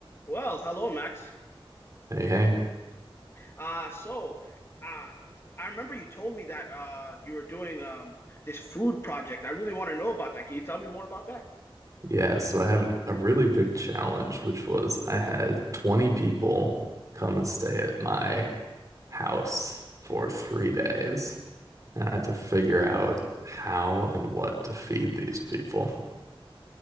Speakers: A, on the left; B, on the right.
A: Well, hello, Max.
B: Hey, hey.
A: Uh, so, uh, I remember you told me that uh, you were doing um, this food project. I really want to know about that. Can you tell me more about that?
B: Yeah, so I had a really big challenge, which was I had 20 people come and stay at my house for three days. And I had to figure out how and what to feed these people. <laughs>